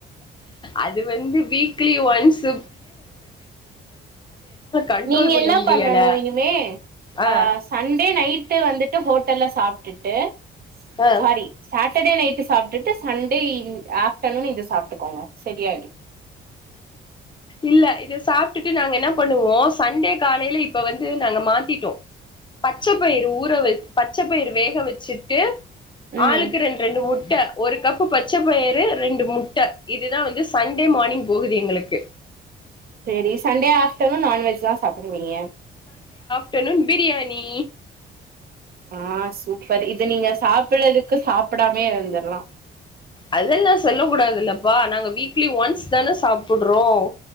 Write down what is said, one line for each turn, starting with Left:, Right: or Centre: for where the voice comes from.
Left: அது வந்து வீக்லி ஒன்ஸு கண்ட்ரோல்
Right: நீங்க
Left: பண்ண
Right: என்ன
Left: முடியல
Right: பண்ணணு இனிமே
Left: ஆ
Right: அ சண்டே நைட்டு வந்துட்டு ஹோட்டல்ல சாப்டுட்டு
Left: ஆ
Right: சாரி சாட் டர்டே நைட்டு சாப்டுட்டு சண்டே இ ஆஃப்டர்நூன் இது சாப்டுக்கோங்க சரியாயிடு
Left: இல்ல இத சாப்டுட்டு நாங்க என்ன பண்ணுவோ சண்டே காலைல இப்ப வந்து நாங்க மாத்திட்டோ பச்சப்பயிரு ஊற வ பச்சப்பயிர வேக வச்சுட்டு
Right: ம்
Left: ஆளுக்கு ரெண்டு ரெண்டு முட்ட ஒரு கப்பு பச்ச பயறு ரெண்டு மு ட்ட இதுதான் வந்து சண்டே மார்னிங் போகுது எங்களுக்கு
Right: செரீஸ் சண்டே ஆஃப்டநூன் நான்வெஜ் தான் சாப்பிடுவீங்க
Left: ஆஃ ப்டநூன் பிரியாணி
Right: ஆஹ் சூப்பர் இது நீங்க சாப்பிறதுக்கு சாப்பிடாமே இருந்துர்ல்லாம்
Left: அது எல்லாம் சொல்ல கூடதுல்ல வா நாங்க வீக்லி ஒன்ஸ் தான சாப்பிடுறோம்